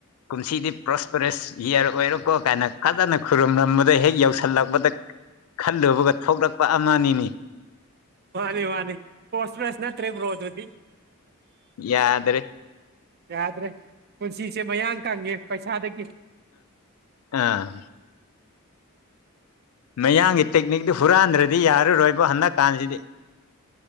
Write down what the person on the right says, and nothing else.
ꯃꯥꯅꯤ ꯃꯥꯅꯤ ꯄꯣꯁꯄ꯭ꯔꯦꯁ ꯅꯠꯇ꯭ꯔꯦ ꯕꯔꯣ ꯑꯗꯨꯗꯤ
ꯌꯥꯗ꯭ꯔꯦ ꯄꯨꯟꯁꯤꯁꯦ ꯃꯌꯥꯡ ꯀꯪꯉꯦ ꯄꯩꯁꯥꯗꯒꯤ